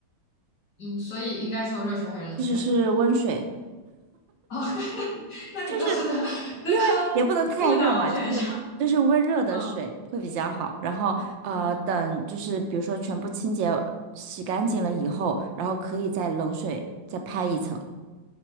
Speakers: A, on the left; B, on the right.
A: 嗯，所以应该是用热水还是冷水呢？
B: 即使是温水，
A: 哦，<laughs> 那你给我的那个误导选项，
B: 就是因为也不能太热嘛，就是就是温热的水会比较好。
A: 嗯，
B: 然后呃，
A: 嗯
B: 等就是比如说全部清洁洗干净了以后，然后可以在冷水再拍一层。